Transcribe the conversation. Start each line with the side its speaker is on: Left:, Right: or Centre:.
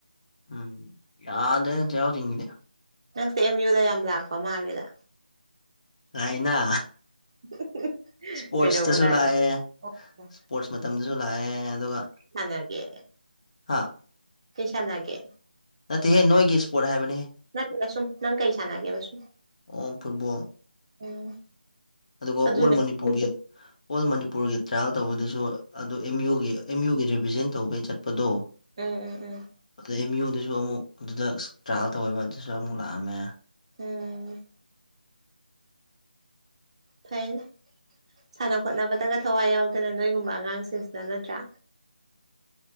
Left: ꯎꯝ ꯌꯥꯗꯦꯗ ꯆꯩꯔꯥꯎ ꯆꯤꯡꯖꯤꯗꯤ
Right: ꯅꯪꯁꯦ ꯑꯦꯝ ꯌꯨꯗ ꯌꯥꯝ ꯂꯥꯛꯄ ꯃꯥꯜꯂꯦꯗ
Left: ꯂꯥꯛꯏꯅꯥ
Right: <unintelligible>
Left: ꯏꯁꯄꯣꯔꯠꯁꯇꯁꯨ
Right: ꯀꯩꯗꯧꯕ ꯂꯥꯏꯕ
Left: ꯂꯥꯛꯑꯦ
Right: ꯅꯪ
Left: ꯏꯁꯄꯣꯔꯠꯁ ꯃꯇꯝꯗꯁꯨ ꯂꯥꯛꯑꯦ ꯑꯗꯨꯒ
Right: ꯇꯥꯅꯒꯦ
Left: ꯍꯥ
Right: ꯀꯩ ꯁꯥꯅꯒꯦ
Left: ꯅꯠꯇꯦꯍꯦ ꯅꯣꯏꯒꯤ ꯏꯁꯄꯣꯔꯠ ꯍꯥꯏꯕꯅꯦꯍꯦ
Right: ꯅꯠꯇꯦꯗ ꯁꯨꯝ ꯅꯪ ꯀꯩꯁꯅꯒꯦꯕ ꯁꯨꯝ
Left: ꯑꯣ ꯐꯨꯠꯕꯣꯜ
Right: ꯎꯝ
Left: ꯑꯗꯨꯒ
Right: ꯑꯗꯨꯅꯦ
Left: ꯑꯣꯜ ꯃꯅꯤꯄꯨꯔꯒꯤ ꯑꯣꯜ ꯃꯅꯤꯄꯨꯔꯒꯤ ꯇ꯭ꯔꯥꯏꯌꯦꯜ ꯇꯧꯕꯗꯁꯨ ꯑꯗꯨ ꯑꯦꯝ ꯌꯨꯒꯤ ꯑꯦꯝ ꯌꯨꯒꯤ ꯔꯤꯄ꯭ꯔꯖꯦꯟ ꯇꯧꯕꯩ ꯆꯠꯄꯗꯣ
Right: ꯑꯥ ꯑꯥ ꯑꯥ
Left: ꯑꯗ ꯑꯦꯝ ꯌꯨꯗꯨꯁꯨ ꯑꯃꯨꯛ ꯑꯗꯨꯗꯛꯁ ꯇ꯭ꯔꯥꯏꯌꯦꯜ ꯇꯧꯋꯦꯕ ꯑꯗꯨꯁꯨ ꯑꯃꯨꯛ ꯂꯥꯛꯑꯝꯃꯦ
Right: ꯎꯝ ꯐꯩ ꯁꯥꯟꯅ ꯈꯣꯠꯅꯕꯗꯒ ꯊꯋꯥꯏ ꯌꯥꯎꯗꯅ ꯅꯣꯏꯒꯨꯝꯕ ꯑꯉꯥꯡꯁꯤꯡꯁꯤꯅ ꯅꯠꯇ꯭ꯔꯥ